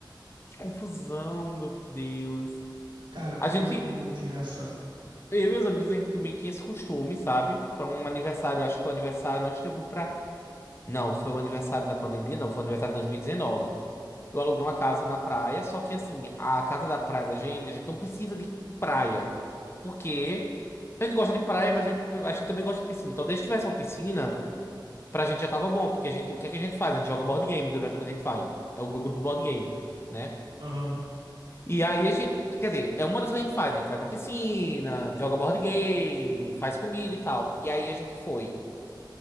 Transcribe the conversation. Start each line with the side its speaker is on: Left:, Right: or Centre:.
Left: Que confusão, meu Deus.
Right: Cara,
Left: A
Right: foi
Left: gente,
Right: muito engraçado.
Left: eu e meus amigos, a gente meio que tinha esse costume, sabe? Pra um aniversário, acho que foi o aniversário antes de eu vir pra. Não, foi o aniversário da pandemia, não, foi o aniversário de 2019. Eu aluguei uma casa na praia, só que assim, a casa da praia da gente, a gente não precisa de praia. Porque a gente gosta de praia, mas a gente, a gente também gosta de piscina. Então, desde que tivesse uma piscina. Pra gente já tava bom, porque a gente, o que é que a gente faz? A gente joga board game durante quando a gente vai. É o meu grupo de board game, né?
Right: Aham.
Left: E aí a gente, quer dizer, é uma das coisas que a gente faz. A gente vai pra piscina, joga board game, faz comida e tal. E aí a gente foi.